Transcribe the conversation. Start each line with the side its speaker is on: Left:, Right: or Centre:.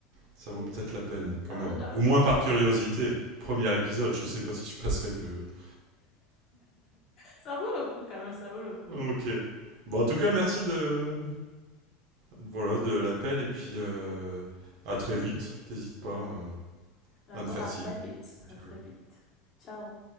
Right: ça
Left: oui,
Right: vaut peut-être la peine quand
Left: ça
Right: même.
Left: vaut quand même
Right: Au moins
Left: le,
Right: par curiosité. Premier épisode, je sais pas si je passerai le. <laughs>
Left: ça vaut le coup quand même, ça vaut le coup.
Right: Ok. Bon en tout cas merci de, voilà, de l'appel et puis euh, à très vite. T'hésites
Left: Ok.
Right: pas euh,
Left: D'accord,
Right: à me faire
Left: à
Right: signe.
Left: très vite,
Right: quand tu
Left: à très
Right: veux.
Left: vite. Ciao.